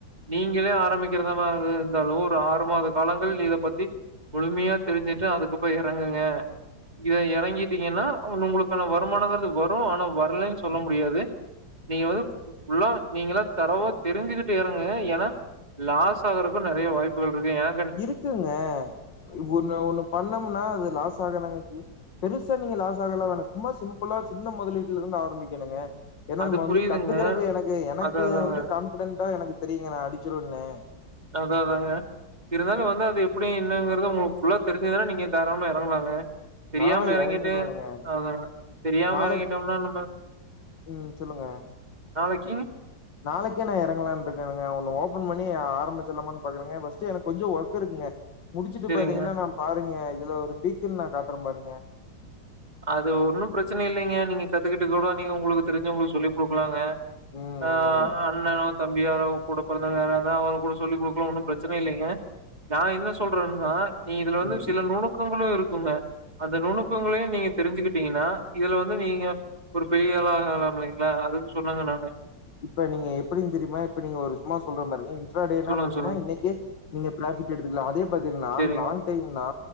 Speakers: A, on the right; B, on the left.
A: நீங்களே ஆரம்பிக்றதா மாரி இருந்தாலு ஒரு ஆறு மாத காலங்கள் இத பத்தி முழுமையா தெரிஞ்சுட்டு அதுகப்றோ எறங்குங்க இத எறங்கிட்டீங்கன்னா உங்களுக்கான வருமானங்கறது வரு ஆனா வரலன் சொல்ல முடியாது நீங்க வந்து ஃபுல்லா நீங்கலா தரோவா தெரிஞ்சுகிட்டு எறங்குங்க எனா லாசாகருக்கு நறைய வாய்ப்புகள் இருக்கு எனா
B: இருக்குங்க ஒன்னு ஒன்னு பண்ணமுனா அது லாஸ் ஆகதாங்க செய்யு பெருசா நீங்க லாஸ்ஸாகலா வேணா சும்மா சிம்புளா சின்ன மொதலீட்ல இருந்து ஆரம்பிக்கணுங்க எனா
A: அது
B: நம்ம
A: புரியுதுங்க.
B: வந்து கத்துக்கறக்கு எனக்கு எனக்கு
A: அதா அதாங்க.
B: வந்து கான்ஃபிடென்டா எனக்கு தெரியுங்க நா அடிச்சுடுன்னு
A: அத்தா அத்தாங்க இருந்தாலு வந்து அது எப்டி என்னங்கறது உங்களுக்கு ஃபுல்லா தெரிஞ்சதுனா நீங்க தாராளமா எறங்கலாங்க தெரியாம
B: நா
A: எறங்கிட்டு
B: எறங்கிருவேனுங்க
A: அத தெரியாம
B: நாளைக்
A: எறங்கிட்டோம்னா நம்ம
B: ம் சொல்லுங்க
A: நாளைக்கிங்
B: நாளைக்கே நா எறங்கலான்றுகங்க ஒன்னு ஓபன் பண்ணி ஆரம்பிச்சிலாமான் பாக்குறங்க ஃபஸ்ட்டு எனக் கொஞ்சோ வொர்க் இருக்குங்க முடிச்சுட்டு
A: சரிங்க.
B: பாத்தீங்கன்னா நா பாருங்க இதுல ஒரு பீக்குன் நா காட்டுற பாருங்க
A: அது ஒன்னு ப்ரச்சன இல்லைங்க நீங்க கத்துகுட்டுகூட நீங்க உங்ளுக்கு தெரிஞ்சவங்களுக்கு சொல்லி குடுக்லாங்க
B: ம்
A: ஆ அண்ணனோ தம்பியாரோ கூட பொறந்தோங்க யாரா இருந்தா அவுங்ளுக்கூட சொல்லி குடுக்கலா ஒன்னு ப்ரச்சன இல்லிங்க நா என்ன சொல்றன்னா நீ இதுல வந்து
B: ம் ம்
A: சில நுணுக்கங்களு இருக்குங்க அந்த நுணுக்கங்களையு நீங்க தெரிஞ்சுக்கிட்டீங்கனா இதுல வந்து நீங்க ஒரு பெரிய ஆளா ஆகலா இல்லைங்ளா அதுக் சொன்னங்க நானு
B: இப்ப நீங்க எப்டின் தெரியுமா இப்ப நீங்க ஒரு சும்மா சொல்ற பாருங்க எக்ஸ்ட்ரா டேனா
A: சொல்லுங்க,
B: பாத்தீங்னா
A: சொல்லுங்க.
B: இன்னிக்கே நீங்க ப்ராஃபிட் எடுத்துக்குலா அதே பாத்தீங்னா
A: சரிங்க,
B: லாங் டைம்னா